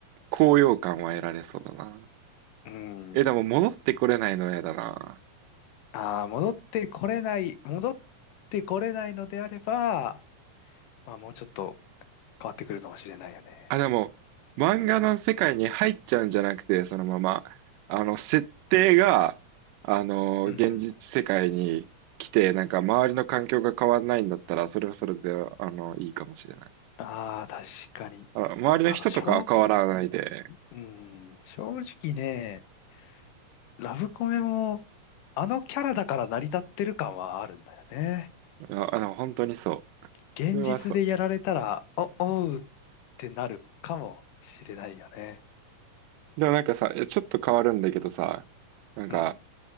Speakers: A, on the right; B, on the left.
A: 高揚感は得られそうだな。
B: うん。
A: え、でも戻ってこれないの嫌だな。
B: ああ、戻ってこれない、戻ってこれないのであれば、まあもうちょっと変わってくるかもしれないよね。
A: あ、でも、漫画の世界に入っちゃうんじゃなくて、そのまま、あの、設定が、あの、
B: うん。
A: 現実世界に来て、なんか周りの環境が変わらないんだったら、それはそれで、あの、いいかもしれない。
B: ああ、確かに。
A: あ、周りの人とかは変わらないで、
B: あの、正、うん、正直ね、ラブコメも、あのキャラだから成り立ってる感はあるんだよね。
A: あ、あの、本当にそう。
B: 現実でやられたら、
A: それはそう。
B: お、おうってなるかもしれないよね。
A: でもなんかさ、いやちょっと変わるんだけどさ、なんか
B: うん。